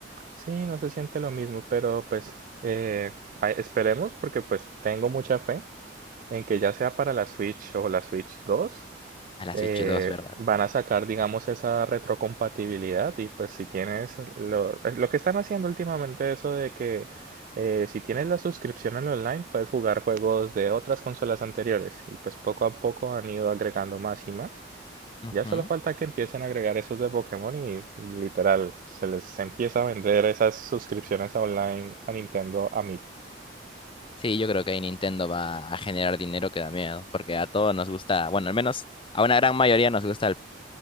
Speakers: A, on the right; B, on the left.
A: Sí, no se siente lo mismo, pero pues eh, ay- esperemos porque pues tengo mucha fe en que ya sea para la Switch o la Switch 2
B: a la
A: eh,
B: Switch 2, ¿verdad?
A: van a sacar, digamos, esa retrocompatibilidad y pues si tienes lo, es lo que están haciendo últimamente, eso de que eh, si tienes la suscripción en online puedes jugar juegos de otras consolas anteriores y pues poco a poco han ido agregando más y más.
B: Ujú.
A: Ya solo falta que empiecen a agregar esos de Pokémon y literal se les empieza a vender esas suscripciones online a Nintendo a mil.
B: Sí, yo creo que ahí Nintendo va a generar dinero que da miedo, porque a todos nos gusta, bueno, al menos a una gran mayoría nos gusta el,